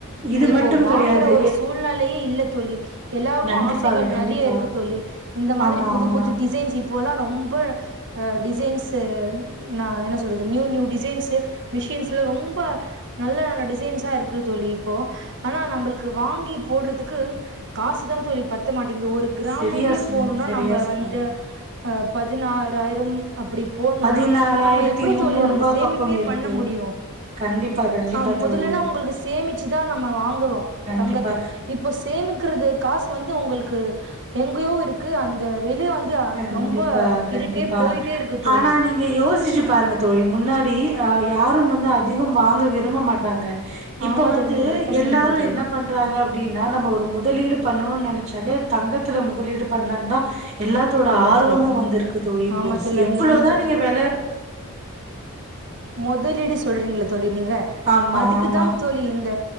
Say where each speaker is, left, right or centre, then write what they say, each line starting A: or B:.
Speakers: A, on the right; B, on the right.
A: இது
B: இப்போ
A: மட்டும்
B: வாங்கற
A: கெடையாது
B: ஒரு சூழ்நெலையே இல்ல தோழி எல்லாருக்கு
A: கண்டிப்பாக
B: ஆசைகள்
A: கண்டிப்பா
B: நறைய இருக்கு தோழி இந்த மாதிரி
A: ஆமா
B: புது
A: ஆமா
B: புது டிசைன்ஸ் அப்போலா ரொம்ப டிசைன்ஸ் நா என்ன சொல்றது நியூ நியூ டிசைன்ஸு மிஷின்ஸ்ல ரொம் ப நல்ல நல்ல டிசைன்ஸா இருக்குது தோழி இப்போ ஆனா நம்மளுக்கு வாங்கி போடுறதுக்கு காசு தா தோழி பத்துத மாட் டேங்குது ஒரு கிராமுவே
A: சரியா சொன்னீங்க
B: போனுனா
A: சரியா
B: நம்ம
A: சொன்னீங்க
B: வந்து பதினா றாயிரம் அப்படி போடணுனா
A: பதினாலாயிரத்தி
B: நம்ம எப்பிடி
A: முன்னூறு
B: தோழி
A: ரூபா
B: அந்த சேமிப்பே
A: பக்கம் இருக்கு
B: பண்ண முடியு
A: கண்டிப்பா கண்டிப்பா
B: அ மொதல்லிலா
A: தோழி
B: உங்குளுக்கு சேமிச்சுதா நம்ம வாங்குவோ
A: கண்டிப்பா
B: தங்கத்த இப்போ சேமிக்கறது காசு வந்து உங்களுக் கு எங்கயோ இருக்கு அந்த வெளிய வந்து
A: கண்டிப்பா
B: ரொம்ப
A: கண்டிப்பா
B: இருட்டே போயிட்டே இருக்கு தோழி
A: ஆனா நீங்க யோசிச்சு பாருங்க தோழி முன்னாடி ய யாரும் வந்து அதிகம் வாங்க விரும்ப மாட்டாங்க இப்ப
B: ஆமா
A: வந்து
B: தோழி நீங்க கரெக்டா
A: எல்லாரு
B: சொன்னீங்க தோழி
A: என்ன பண்றாங்க அப்டின்னா நம்ம ஒரு முதலீடு பண்ணணுன் நெனை ச்சால தங்கத்துல முதலீடு பண்லன் தா எல்லாத்தோட
B: ஆமா
A: ஆர்வமு
B: தோழி
A: வந்திருக்கு தோழி
B: ஆமா
A: பொரிசு
B: தோழி
A: எவ்வளவுதா
B: அந்த மு
A: நீங்க வெல
B: மொதலீடு சொல்றிங்கல்ல தோழி நீங்க
A: ஆமா
B: அதுக்கு
A: ஆமா
B: தான் தோழி இந்த